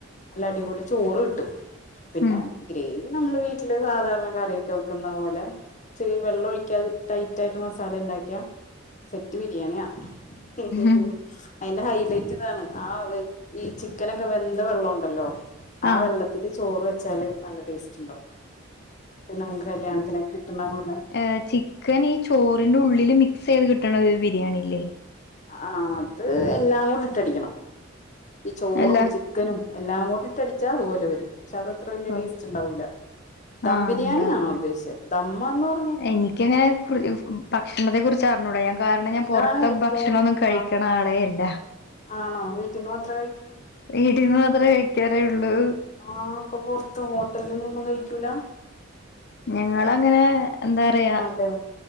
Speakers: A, on the left (about 40°); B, on the left (about 55°).
A: നല്ലടിപൊളി ചോറ് കിട്ടും പിന്നെ
B: ഉം
A: ഗ്രേവി നമ്മള് വീട്ടില് സാധാരണ കറിയൊക്കെ വെക്കുന്ന പോലെ ച്ചിരി വെള്ളം ഒഴിക്കാതെ ടൈറ്റ് ആയിട്ട് മസാല ഉണ്ടാക്കിയാ സെറ്റ് ബിരിയാണിയാ <unintelligible>
B: ഉം
A: അയ്ന്റെ ഹൈലൈറ്റ് ഇതാണ് ആഹ് ഈ ചിക്കനൊക്കെ വെന്ത വെള്ള ഒണ്ടല്ലോ ആ
B: ആഹ്
A: വെള്ളത്ത് ത്തില് ചോറ് വെച്ചാല് നല്ല ടേസ്റ്റ്ണ്ടാവും ഇത് നമുക്ക് കല്യാണത്തിനൊക്കെ കിട്ടണ പോലെ
B: എഹ് ചിക്കന് ഈ ചോറിന്റെ ഉള്ളില് മിക്സ് ചെയ്ത് കിട്ടണ ഒരു ബിരിയാണില്ലേ
A: ആഹ് അത് എല്ലാം കൂടി ഇട്ടടിക്കണം ഈ ചോറും
B: അല്ല
A: ചിക് ക്കനും എല്ലാം കൂടിട്ടടിച്ചാ അതുപോലെ വരും പക്ഷെ അത് അത്ര വലിയ
B: ഓ
A: ടേസ്റ്റ് ഉണ്ടാവൂല ദം
B: ആഹ്
A: ബിരിയാണിയാണോ
B: ഉണ്ടാവില്ല
A: ഉദ്ദേശിച്ചെ ദമ്മന്ന് പറ
B: എനിക്കങ്ങനെ കു ഭ് ഭക്ഷ് ഭക്ഷണത്തെ കുറിച്ച് അറിഞ്ഞൂട ഞാൻ കാരണം ഞാൻ
A: ഇതാണ്
B: പൊറത്തെ
A: ഏറ്റവും
B: ഭക്ഷണൊന്നും കഴിക്കണ
A: ആ
B: ആളേ അല്ല
A: ആണോ വീട്ടീന്ന് മാത്രേ കഴിക്കൂ
B: വീടീന്ന് മാത്രേ കഴിക്കാറേ ഉള്ളൂ
A: ആഹ് അപ്പൊ പൊറത്ത് ഹോട്ടൽന്നൊന്നും കഴിക്കൂല
B: ഞങ്ങളങ്ങനെ എന്താ പറയാ
A: ആണല്ലേ